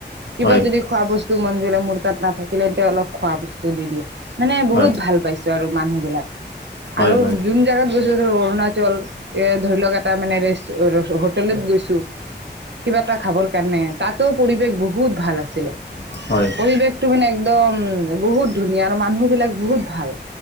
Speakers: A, on the right; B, on the left.
A: কিবা
B: হয়
A: যদি খোৱা বস্তু মন জিললে মোৰ তাত নাথাকিলে তেন্তে অলপ খোৱা বস্তু দি দিয়ে মানে বহুত
B: হয়
A: ভাল পাইছো আৰু মানুহ বিলাক
B: হয়
A: আৰু
B: হয়
A: যোন জাগাত গৈছ। অৰুণাচল এ ধৰি লওক এটা মানেচ হোটেলত গৈছো। কিবা এটা খাবৰ কাৰণে তাতো পৰিৱেশ বহুত ভাল আছিলে
B: হয়
A: পৰিৱেশটো মানে একদম বহুত ধুনীয়া আৰু মানুহ বিলাক বহুত ভাল।